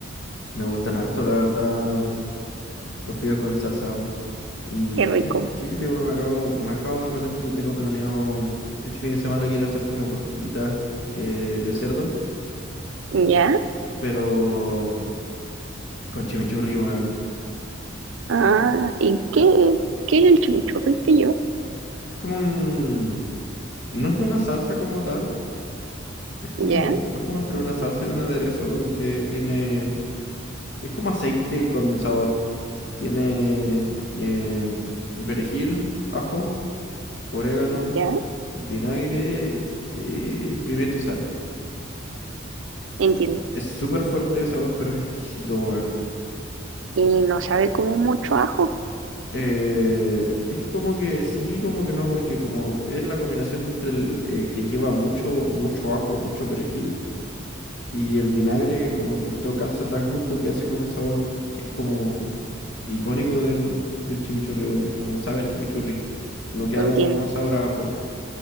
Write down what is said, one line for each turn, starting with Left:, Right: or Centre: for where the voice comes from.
Left: Me gustan harto, la verdad, mm, los fideos con salsa, weón. Y
Right: Qué rico.
Left: fíjate, fíjate, weón, me acabo, me acabo de acordar que tengo planeado mm, este fin de semana quiero hacer como costillitas eh, de cerdo,
Right: ¿Ya?
Left: pero mm, con chimichurri, weón.
Right: Ah, ¿y qué, qué es el chimichurri que lleva?
Left: Es como un... No es una salsa como tal, es como,
Right: ¿Ya?
Left: es como entre una salsa y un aderezo que tiene... Es como aceite con sabor. Tiene mm, eh, perejil, ajo. orégano,
Right: ¿Ya?
Left: vinagre, eh, pimienta y sal.
Right: Entiendo.
Left: Es súper fuerte de sabor, pero es exquisito, weón.
Right: Y no sabe como mucho ajo.
Left: Eh, es que como que sí, como que no, porque como es la combinación entre el eh, que lleva mucho, mucho ajo y mucho perejil y el vinagre como que todo calza tan junto que hace como un sabor que es como icónico del, del chimichurri, bueno, es como sabe a chimichurri, no queda
Right: Entiendo.
Left: como sabor a ajo,